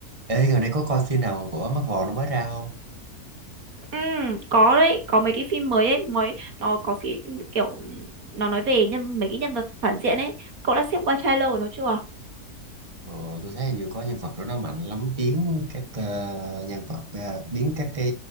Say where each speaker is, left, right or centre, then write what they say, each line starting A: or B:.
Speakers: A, on the right; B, on the right.
A: Ê, gần đây có coi phim nào của mắt Vò nó mới ra không?
B: Ừ, có đấy, có mấy cái phim mới ấy, mới nó có phim kiểu nó nói về nhân mấy cái nhân vật phản diện ấy. Cậu đã xem qua trailer của nó chưa?
A: Ờ, tôi thấy như có nhân vật đó nó mạnh lắm biến các ờ, nhân vật ờ, biến các cái